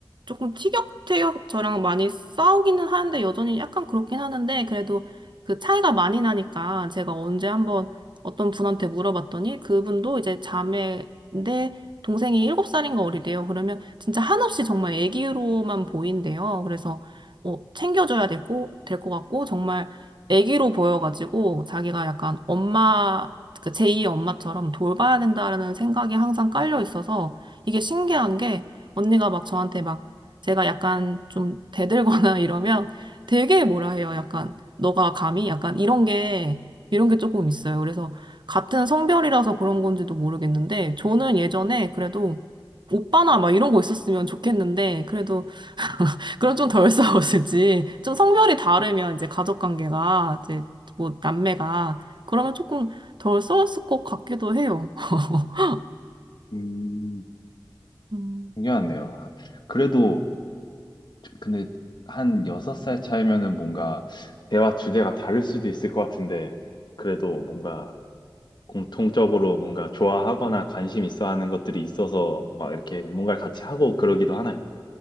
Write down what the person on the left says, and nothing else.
음,
중요하네요. 그래도, 저- 근데 한 여섯 살 차이면은 뭔가, 대화 주제가 다를 수도 있을 것 같은데, 그래도 뭔가 공통적으로 뭔가 좋아하거나 관심 있어 하는 것들이 있어서 막 이렇게 뭔가를 같이 하고 그러기도 하나요?